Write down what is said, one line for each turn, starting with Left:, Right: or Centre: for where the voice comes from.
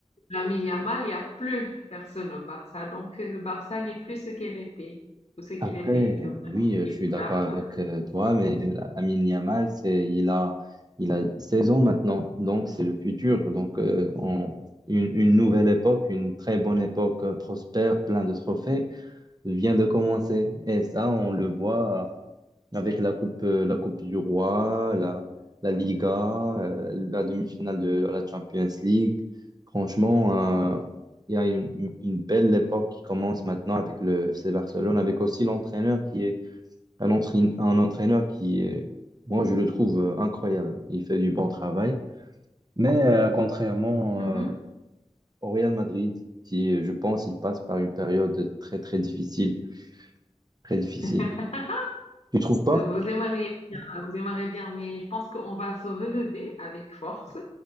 Left: Lamine Yamal, il n'y a plus personne au Barça. Donc, euh, le Barça n'est plus ce qu'elle était, ou ce qu'il
Right: Après,
Left: était. Je veux
Right: euh,
Left: dire,
Right: oui, euh,
Left: il
Right: je suis
Left: est plus
Right: d'accord
Left: Barça.
Right: avec euh, toi, mais la- Lamine Yamal, c'est, il a, il a 16 ans maintenant, donc c'est le futur. Donc, euh, on- une, une nouvelle époque, une très bonne époque euh, prospère, plein de trophées, vient de commencer. Et ça, on le voit. avec la coupe, euh, la coupe du Roi, la, la Liga, euh, la demi-finale de la Champions League. Franchement, euh, il y a une, une belle époque qui commence maintenant avec le FC Barcelone, avec aussi l'entraîneur qui est un, entraîne- un entraîneur qui est, moi, je le trouve euh, incroyable. Il fait du bon travail. Mais euh, contrairement
Left: Mhm.
Right: euh, au Real Madrid, qui, euh, je pense, il passe par une période très, très difficile, très difficile.
Left: <laughs>
Right: Tu trouves pas?
Left: Vous aimeriez bien, vous aimeriez bien, mais je pense qu'on va se relever avec force